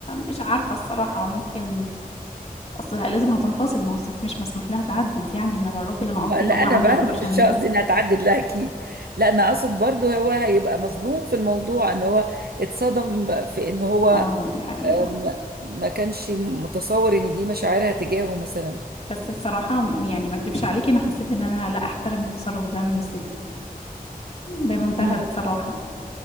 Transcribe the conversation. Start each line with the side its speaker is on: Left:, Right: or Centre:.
Left: مش عارفه الصراحه ممكن اصل لازم هتنفصل ما هو الست مش مسموح لها تعدد يعني انما الراجل انا قصدي
Right: آه، لا
Left: هو
Right: انا
Left: عنده
Right: فاهمه
Left: الاوبشن
Right: <laughs> مش قصدي
Left: ده
Right: انها تعدد لا اكيد لا انا اقصد برضو هو هيبقى مظلوم في الموضوع ان هو اتصدم في ان هو
Left: اه دي حقيقه
Right: آم، ما كانش متصور ان دي مشاعرها تجاهه مثلا
Left: بس الصراحه يعني ما اكدبش عليكي انا حسيت ان انا لا احترم التصرف ده من الست بمنتهى
Right: مم.
Left: الصراحه